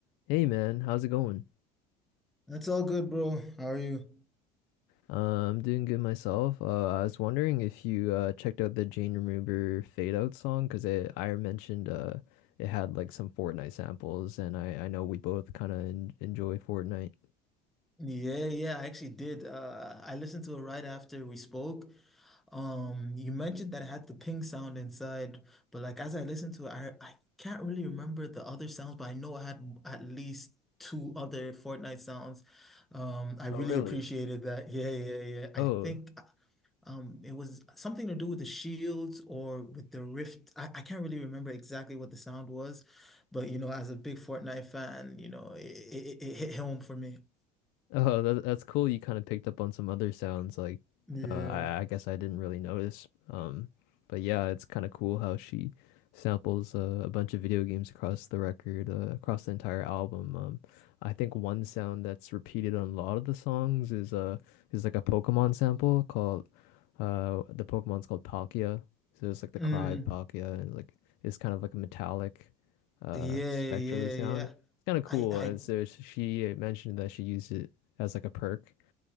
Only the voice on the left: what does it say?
Hey man, how's it going?
Uh, I'm doing good myself. Uh, I was wondering if you uh, checked out the Jane Remover Fade Out song because it I mentioned uh, it had like some Fortnite samples, and I I know we both kind of en enjoy Fortnite.
Oh really?
Oh,
Oh, that, that's cool. You kind of picked up on some other sounds like
uh, I, I guess I didn't really notice. Um, but yeah, it's kind of cool how she samples uh, a bunch of video games across the record, uh, across the entire album. Um, I think one sound that's repeated on a lot of the songs is uh is like a Pokemon sample called uh the Pokemon's called Palkia. So it's like the
cry of Palkia and like it's kind of like a metallic uh
spectrally
sound.
It's kind of cool.
And so sh- she mentioned that she used it as like a perk.